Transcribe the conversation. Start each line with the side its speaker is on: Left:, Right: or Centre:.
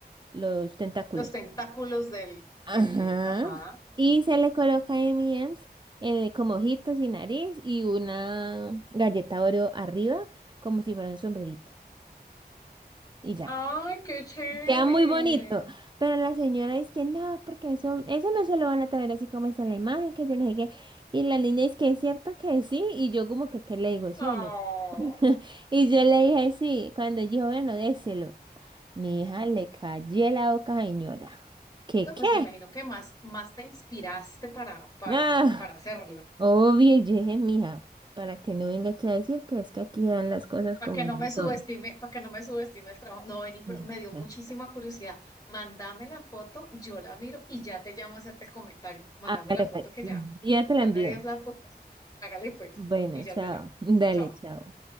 Right: los tentáculos.
Left: Los tentáculos del,
Right: Ajá.
Left: del, ajá.
Right: Y se le coloca M&M's eh, como ojitos y nariz y una galleta Oreo arriba como si fuera un sombrerito. Y ya.
Left: ¡Ay, qué chévere!
Right: Queda muy bonito, pero la señora dice que no, porque eso, eso no se lo van a traer así como está en la imagen, que yo no sé qué. Y la niña dice que es cierto que sí, y yo como que, ¿qué le digo, sí
Left: Oh.
Right: o no? <laughs> Y yo le dije sí, cuando ella dijo, bueno, déselo. Mi hija le cayó la boca, señora. ¿Qué
Left: No,
Right: qué?
Left: pues me imagino que más, más te inspiraste para, para,
Right: Ah,
Left: para hacerlo.
Right: obvio, y yo dije, mija, para que no venga aquí a decir que es que aquí dan las cosas
Left: Para
Right: como
Left: que no
Right: no
Left: me subestime,
Right: son.
Left: para que no me subestime el trabajo. No, vení, pero
Right: Sí,
Left: me dio
Right: ya.
Left: muchísima curiosidad. Mándame la foto, yo la miro y ya te llamo a hacerte el comentario. Mándame
Right: Hágale,
Left: la foto
Right: pues,
Left: que ya,
Right: ya te la
Left: ya
Right: envío.
Left: me dio la curiosidad. Hágale pues,
Right: Bueno,
Left: y ya
Right: chao.
Left: te llamo.
Right: <laughs> Dale,
Left: Chao.
Right: chao.